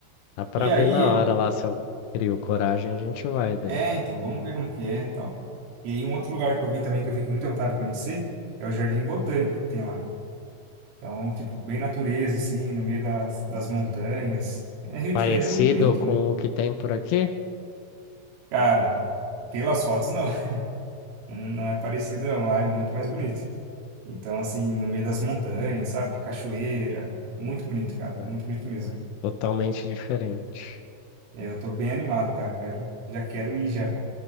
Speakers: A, on the left (about 80°); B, on the right (about 85°).
A: Dá pra
B: E
A: ver
B: aí
A: na
B: eu
A: hora lá se eu crio coragem, a gente vai daí.
B: É, então, vamos ver como que é e tal. E aí, um outro lugar que eu vi também que eu fiquei com muita vontade de conhecer é o Jardim Botânico que tem lá. Então, tipo, bem natureza, assim, no meio das, das montanhas. É, Rio
A: Parecido
B: de Janeiro é muito bonito,
A: com
B: né?
A: o que tem por aqui?
B: Cara, pelas fotos, não. <laughs> Não, não é parecido, não. Lá é muito mais bonito. Então, assim, no meio das montanhas, sabe? Cachoeira. Muito bonito, cara.
A: Ah,
B: Muito bonito
A: então
B: mesmo.
A: é totalmente diferente.
B: É, Eu tô bem animado, cara. Quero, já quero ir já.